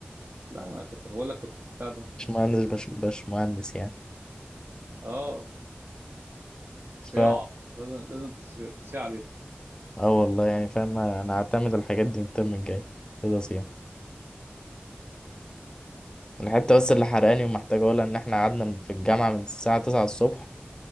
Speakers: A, on the right; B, on the left.
A: لا انا كنت بقول لك كنت بتاع ده
B: مش مهندس بش, بش مهندس يعني
A: اه صياعه
B: ف
A: لازم لازم تصيع
B: اه والله يعني فاهم انا هعتمد الحاجات دي من الترم الجاي خلاص يعني الحتة بس اللي حرقاني ومحتاج اقولها ان احنا قعدنا من- في الجامعة من الساعة 9 الصبح